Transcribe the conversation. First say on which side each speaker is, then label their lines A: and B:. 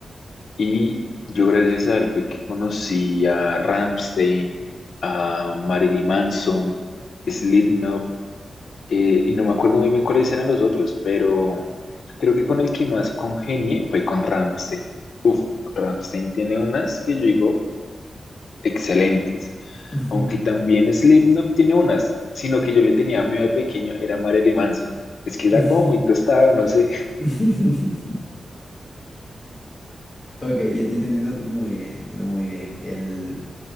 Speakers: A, on the left (about 75°); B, on the left (about 20°).
A: Y yo gracias a él fue que conocí a Rammstein, a Marilyn Manson, Slipknot, eh, y no me acuerdo muy bien cuáles eran los otros, pero creo que con el que más congenié fue con Rammstein. Uf, Rammstein tiene unas que yo digo excelentes,
B: Ujú,
A: aunque también Slipknot tiene unas, sino que yo le tenía miedo de pequeño, era Marilyn Manson. Es que era
B: ujú.
A: como muy tostado, no sé.
B: <laughs> Ok, yo, yo te entiendo muy bien, te entiendo muy bien. El,